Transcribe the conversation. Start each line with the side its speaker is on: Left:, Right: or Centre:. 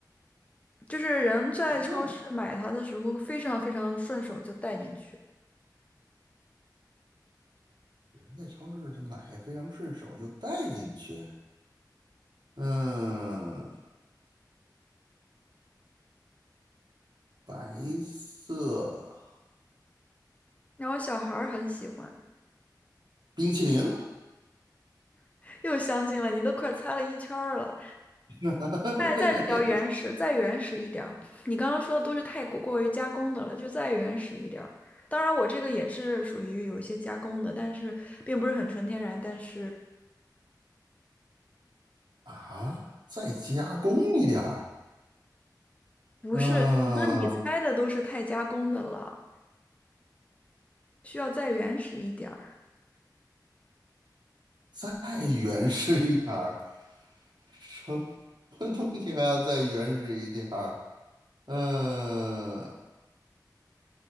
Left: 就是人在超市买它的时候，
Right: 任何
Left: 会非常非常顺手就带进去，
Right: 人在超市是买非常顺手就带进去。嗯，白色
Left: 然后小孩儿很喜欢，
Right: 冰淇淋
Left: 又相近了，你都快猜了一圈儿了。
Right: <laughs>
Left: 再再比较原始，再原始一点儿。你刚刚说的都是太过过于加工的了，就再原始一点儿。当然，我这个也是属于有一些加工的，但是并不是很纯天然，但是
Right: 啊，再加工一点儿，
Left: 不是，
Right: 嗯，
Left: 那你猜的都是太加工的了，需要再原始一点儿。
Right: 再原始一点儿。什 <laughs> 东西还要再原始一点儿。嗯，